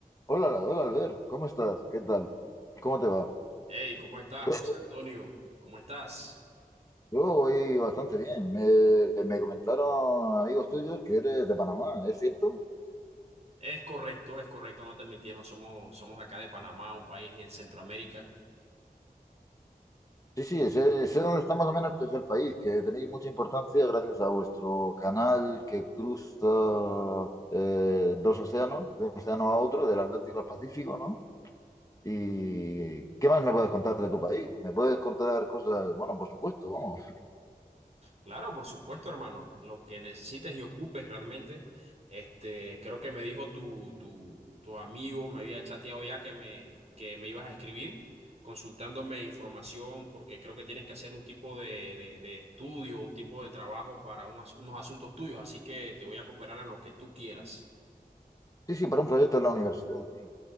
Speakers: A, on the left; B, on the right.
A: Hola, hola Albert, ¿cómo estás? ¿Qué tal? ¿Cómo te va?
B: Hey, ¿cómo estás,
A: Yo,
B: José Antonio? ¿Cómo estás?
A: yo voy bastante bien. Me, me comentaron amigos tuyos que eres de Panamá, ¿es cierto?
B: Es correcto, es correcto, no te mintieron, somos, somos acá de Panamá, un país en Centroamérica.
A: Sí, sí, sé, sé dónde está más o menos pues, el país, que tenéis mucha importancia gracias a vuestro canal que cruza eh, dos océanos, de un océano a otro, del Atlántico al Pacífico, ¿no? ¿Y qué más me puedes contar de tu país? ¿Me puedes contar cosas? Bueno, por supuesto, vamos.
B: Claro, por supuesto, hermano, lo que necesites y ocupes realmente, este, creo que me dijo tu, tu, tu amigo, me había chateado ya que me, que me ibas a escribir, consultándome información, porque creo que tienes que hacer un tipo de, de, de estudio, un tipo de trabajo para unos, unos asuntos tuyos, así que te voy a cooperar en lo que tú quieras.
A: Sí, sí, para un proyecto en la universidad, sí.